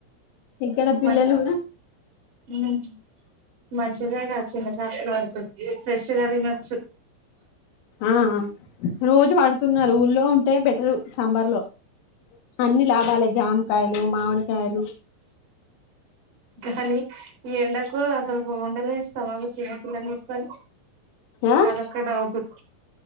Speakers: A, on the left (about 75°); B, on the right (about 45°).
A: ఇక్కడ పిల్లలు
B: మంచ్
A: కూడా
B: ఉహ్ మంచిదే గా చిన్నచాపలు పడుతుంద్ ఇగా ఫ్రెష్గా తినొచ్చు.
A: ఆహ్ ఆ రోజు పడుతున్నారు. ఊల్లో ఉంటే బెటరు సంబర్ లో అన్ని లాభాలే జామకాయలు, మామిడికాయలు,
B: కానీ ఈ ఎండల్ కు అస్సల్ ఉండలేస్తామా వచ్చిన పిల్లన్ తీసుకొని
A: ఆ
B: అదొక్క డవుటు.